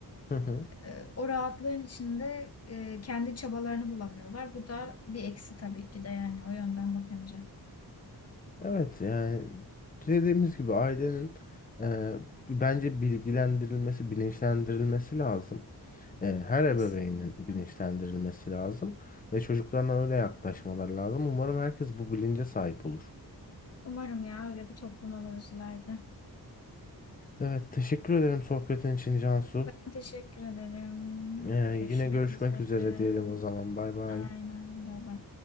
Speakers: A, on the left (about 20°); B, on the left (about 40°).
A: Hı hı.
B: E, o rahatlığın içinde e, kendi çabalarını bulamıyorlar. Bu da bir eksi tabii ki de yani o yönden bakınca.
A: Evet yani dediğimiz gibi ailenin e, bence bilgilendirilmesi, bilinçlendirilmesi lazım. E, her ebeveynin
B: Kesinlikle.
A: bilinçlendirilmesi lazım ve çocuklarına öyle yaklaşmaları lazım. Umarım herkes bu bilince sahip olur.
B: Umarım ya öyle bir toplum oluruz ileride.
A: Evet, teşekkür ederim sohbetin için Cansu.
B: Ben teşekkür ederim.
A: Ee,
B: Görüşmek
A: yine görüşmek
B: üzere.
A: üzere diyelim o zaman. Bay bay.
B: Aynen. Bay bay.